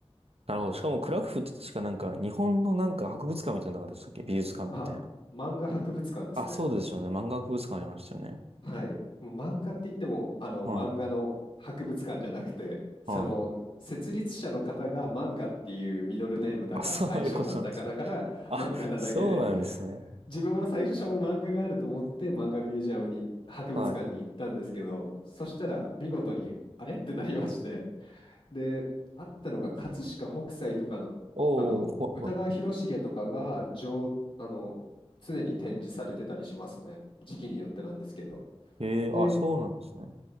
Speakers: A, on the right; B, on the left.
A: なるほど。しかも、クラクフって確かなんか、日本のなんか博物館みたいなのなかっでしたっけ美術館みたいな。
B: あ、漫画博物館ですね。
A: あ、そうですよね。漫画博物館ありましたよね。
B: はい。もう漫画って言っても、あの、
A: はい。
B: 漫画の博物館じゃなくて、その、
A: はい
B: 設立者の方が漫画っていうミドルネームだか、
A: あ、<laughs> そういうことなんです。
B: 愛称だったかだから、
A: あ、
B: 漫画なだけで、
A: そうなんですね。
B: 自分も最初漫画があると思って、漫画ミュージアムに、博物館に行ったんですけど、
A: はい。
B: そしたら、見事に、あれってなりまして、で、あったのが、葛飾北斎とかの、
A: おーおー、
B: あの、歌川広重とかが、
A: はいは
B: 上、あの、常に展示されてたりしますね。時期によってなんですけど。
A: い。へえー、
B: で、
A: あ、そうなんですね。